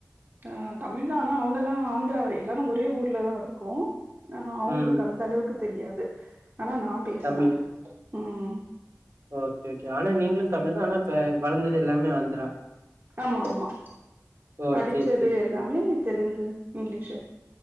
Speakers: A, on the right (about 45°); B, on the right (about 60°).
A: அ தமிழ்தான் ஆனா அவுங்கெல்லா ஆந்திரா எல்லாரு ஒரே ஊர்லதான் இருக்கோ ஆ அவுங்களுக்கு
B: ம்.
A: அந்த அளவுக்கு தெரியாது ஆனா நான் பேசுவேன்
B: தமிழ்.
A: ம்
B: ஓகே ஓகே ஆனா நீங்களு தமிழ்தான் ஆனா இப்ப வளந்தது எல்லாமே ஆந்திரா
A: ஆமாமா
B: ஓ!
A: படிச்சது
B: சரி, சரி,
A: எல்லாமே
B: சரி.
A: தெலுங்கு இங்கிலீஷு